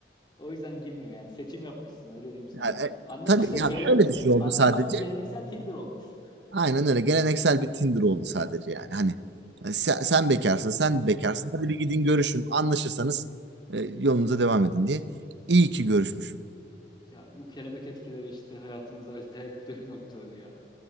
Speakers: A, on the left; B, on the right.
A: O yüzden girmiyor yani seçim yapmışsın öyle diyeyim sana.
B: Yani, e,
A: Annem
B: tabii
A: işte
B: ya
A: gelenek
B: şöyle bir şey oldu
A: annen
B: sadece.
A: abi geleneksel Tinder olmuş.
B: Aynen öyle. Geleneksel bir Tinder oldu sadece yani. Hani e, sen, sen bekarsın, sen bekarsın. Hadi bir gidin görüşün. Anlaşırsanız e, yolunuza devam edin diye. İyi ki görüşmüşüm.
A: Ya bu kelebek etkileri işte hayatımızda acayip <laughs> dönüm noktaları ya.